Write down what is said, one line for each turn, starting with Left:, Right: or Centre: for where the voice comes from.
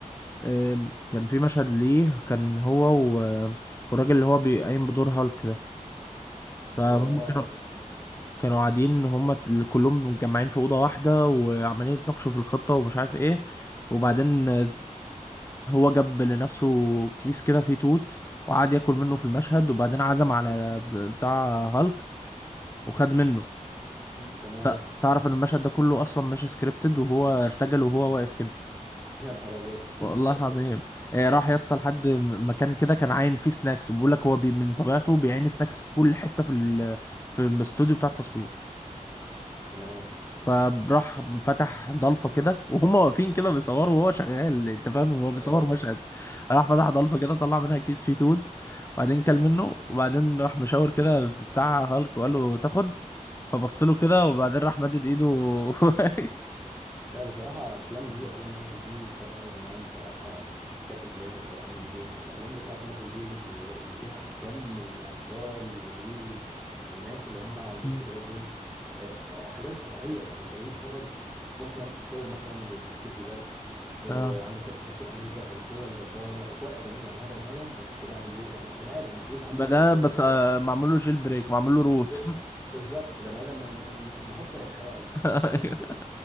Left: أم، كان في مشهد ليه كان هو و- والراجل اللي هو بيقيم بدور هالك ده فهم
Centre: اه آه،
Left: كانوا كانوا قاعدين هم كلهم متجمعين في اوضه واحده وعمالين يتناقشوا في الخطه ومش عارف ايه وبعدين آه، هو جاب لنفسه كيس كده فيه توت وقعد ياكل منه في المشهد وبعدين عزم على بتاع هالك وخد منه
Centre: مم، تمام
Left: ت- تعرف ان المشهد ده كله اصلا مش سكريبتد وهو ارتجل وهو واقف كده
Centre: <laughs> يا نهار ابيض
Left: والله العظيم آه، راح يا اسطى لحد م- مكان كده كان عاين فيه سناكس بيقول لك هو بي من طبيعته بيعين سناكس في كل حته في ال- في الاستوديو بتاع التصوير
Centre: <laughs> تمام
Left: فراح فتح ضلفه كده وهم واقفين كده بيصوروا وهو شغال انت فاهم هو بيصور
Centre: ايوه
Left: مشهد راح فتح ضلفه كده طلع منها كيس فيه توت وبعدين كل منه وبعدين راح مشاور كده بتاع هالك وقال له تاخد فبص له كده وبعدين راح مدد ايده <laughs>
Centre: لا بصراحه افلام دي افلام مارفل دي سواء ايرون مان سواء آه، كابتن امريكا سواء اند جيمز الافلام اللي بتاعت مارفل دي اللي اللي فيها كم الابطال والهيروز والناس اللي هم عندهم
Left: مم.
Centre: قدرات دول آه، آه، حاجه مش طبيعيه يعني انت بتيجي تتفرج تشوف مثلا ثور مثلا اللي بيتحكم في البرق آه،
Left: اه
Centre: عندك كاب- كابتن امريكا القوه الجباره القوه الادميه يعني هو بني ادم بس بقى جوه يعني هو بني ادم ما فيهوش عنده
Left: بدأ
Centre: اي قدره
Left: بس آه، معمول له جيل بريك معمول له روت
Centre: بالظ- بالظبط بني ادم م- م- مهكر الحياه يعني
Left: <laughs>
Centre: انت فاهم <laughs>